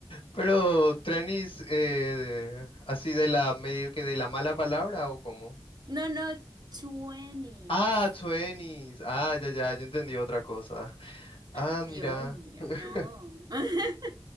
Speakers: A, on the left; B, on the right.
A: Pero Trenis, eh, así de la medio que de la mala palabra o cómo?
B: No, no, Twenties.
A: Ah, Twenties. Ah, ya, ya, yo entendí otra cosa. Ah,
B: Dios
A: mira.
B: mío,
A: <laughs>
B: no. <laughs>